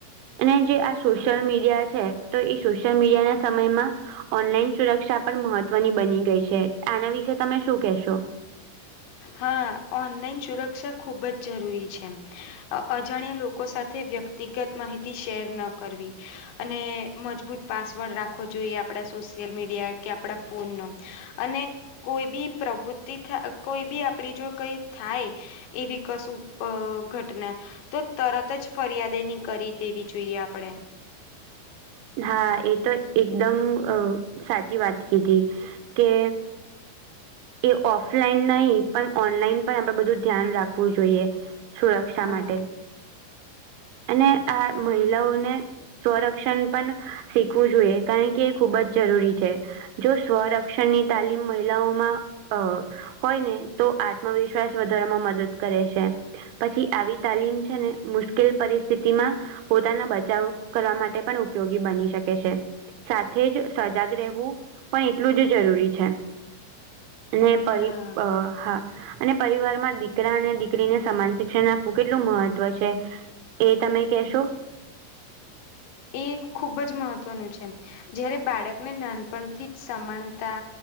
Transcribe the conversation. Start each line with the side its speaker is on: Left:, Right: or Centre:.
Right: અને જે આ સોશિયલ મીડિયા છે તો. સોશિયલ મીડિયા ના સમયમાં. ઓનલાઈન સુરક્ષા પણ મહત્વની બની ગઈ છે આના વિશે તમે શું કેહેશો.
Left: હા ઓનલાઈન સુરક્ષા ખુબ જ જરૂરી છે. અજાણ્યા લોકો સાથે વ્યક્તિગત માહિતી શેર ન કરવી. અને મજબૂત પાસવર્ડ રાખવો જોઈએ આપડા સોશિયલ મીડિયા કે આપડા ફોન નો. અને કોઈ બી પ્રવૃત્તિ કોઈ બી આપડી જો કઈ થાય. એવી કશું અ ઘટના. તો તરત જ ફરિયાદ એની કરી દેવી જોઈએ આપડે.
Right: હા એ તો એકદમ સાચી વાત કીધી કે. એ ઓફલાઈન નહીં પણ ઓનલાઈન પણ આપડે બધું ધ્યાન રાખવું જોઈએ. સુરક્ષા
Left: હા
Right: માટે અને આ મહિલાઓને. સ્વરક્ષણ પણ શીખવું જોઈએ કારણ કે એ ખુબ જ જરૂરી છે. જો સ્વરક્ષણની તાલીમ મહિલાઓમાં અ હોય ને તો આત્મવિશ્વાસ વધારવામાં મદદ કરે છે. પછી આવી તાલીમ છે ને મુશ્કેલ પરિસ્થિતિમાં. પોતાનો બચાવ કરવા માટે પણ ઉપયોગી બની શકે છે. સાથે જ સજાગ રહેવું પણ એટલું જ જરૂરી છે. ને પરી
Left: હા
Right: અ હા. અને પરિવારમાં દીકરા અને દીકરીને સમાન શિક્ષણ આપવું કેટલું મહત્વ છે. એ તમે કહેશો.
Left: એ ખૂબ જ મહત્વનું છે જયારે બાળકને નાનપણથી જ સમાનતા.